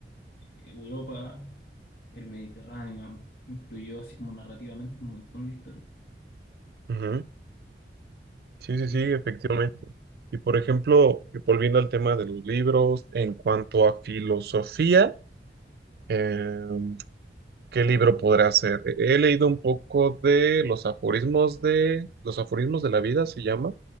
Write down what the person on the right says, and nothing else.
ujú. Sí, sí,
sí, efectivamente. Y por ejemplo, volviendo al tema de los libros, en cuanto a filosofía, em, ¿Qué libro podrá ser? He leído un poco de los aforismos de los aforismos de la vida, se llama,